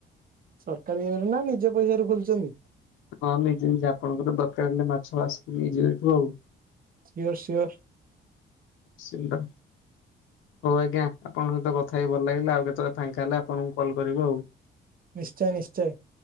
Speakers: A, on the right; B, on the left.
A: ସରକାର ଇରେ ନା ନିଜ ପଇସା ର ଖୋଳୁଛନ୍ତି?
B: ହଁ ନିଜେ ନିଜେ। ଆପଣଙ୍କର ଦରକାର ହେଲେ ମାଛ ଆସିକି ନେଇଯିବେ ଏଠୁ ଆଉ।
A: Sure sure.
B: <unintelligible> ହଉ ଆଜ୍ଞା ଆପଣଙ୍କ ସହିତ କଥା ହେଇ ଭଲ ଲାଗିଲା। ଆଉ କେତେବେଳେ ଫାଙ୍କା ହେଲେ ଆପଣଙ୍କୁ କଲ କରିବୁ ଆଉ।
A: ନିଶ୍ଚୟ ନିଶ୍ଚୟ